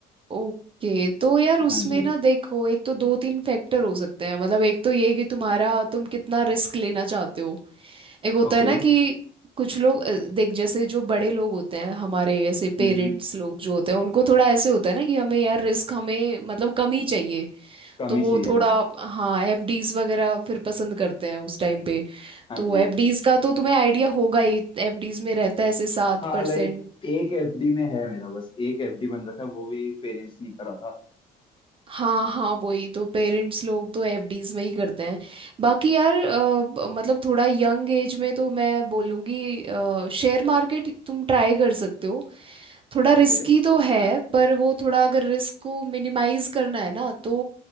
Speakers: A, on the right; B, on the left.
A: ओके तो यार उसमें
B: हाँ जी
A: ना देखो एक तो दो तीन फैक्टर हो सकते हैं मतलब एक तो ये कि तुम्हारा तुम कितना रिस्क लेना चाहते हो एक होता
B: ओके
A: है ना कि कुछ लोग अ, देख जैसे जो बड़े लोग होते हैं हमारे ऐसे
B: हम्म
A: पेरेंट्स
B: हम्म
A: लोग जो होते हैं उनको थोड़ा ऐसे होता है ना कि हमें यार रिस्क हमें मतलब कम ही चाहिए
B: कम
A: तो
B: ही
A: वो
B: चाहिए
A: थोड़ा
B: हाँ हाँ
A: हाँ एफडीज वगैरह फिर पसंद करते हैं उस टाइम पे
B: हाँ
A: तो
B: जी
A: एफडीज का तो तुम्हें आइडिया होगा ही एफडीज में रहता है ऐसे सात
B: हाँ
A: परसेंट,
B: लाइक एक एफडी में है मेरा बस एक एफडी बन रखा है वो भी पेरेंट्स ने करा था
A: हाँ हाँ वही तो पेरेंट्स लोग तो एफडीज में ही करते हैं बाकी यार अ, ब- मतलब थोड़ा यंग एज में तो मैं बोलूँगी शेयर मार्केट तुम ट्राई कर सकते हो थोड़ा
B: ओके
A: रिस्की तो है पर वो थोड़ा अगर रिस्क को मिनिमाइज करना है ना तो